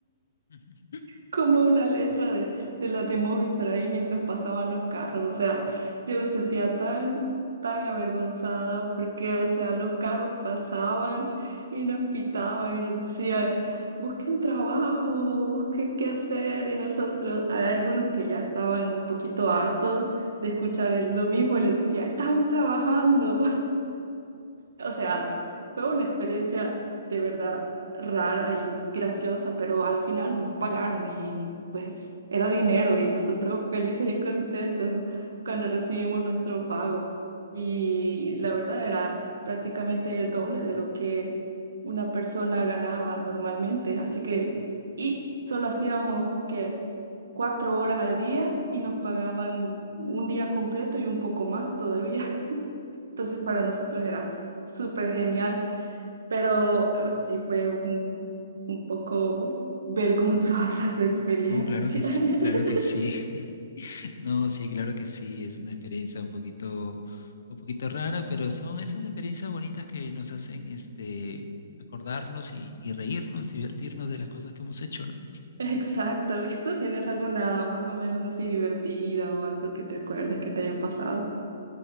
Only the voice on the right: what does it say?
como una letra de, de las de Movistar ahí mientras pasaban los carros. O sea, yo me sentía tan, tan avergonzada porque, o sea, los carros pasaban y nos pitaban y nos decían, busquen trabajo, busquen qué hacer. Y nosotros, hay algunos que ya estaban un poquito hartos de escuchar el- lo mismo y les decía, estamos trabajando. O sea, fue una experiencia de verdad rara y graciosa, pero al final nos pagaron y pues era dinero y nosotros felices y contentos cuando recibimos nuestro pago. Y la verdad era prácticamente el doble de lo que una persona ganaba normalmente. Así que, y solo hacíamos que cuatro horas al día y nos pagaban un día completo y un poco más todavía. <laughs> Entonces para nosotros era Súper genial, pero eh, sí fue un, un poco vergonzosa esa experiencia.
<laughs>
Exacto. ¿Y tú tienes alguna más o menos así divertida o algo que te acuerdes que te haya pasado?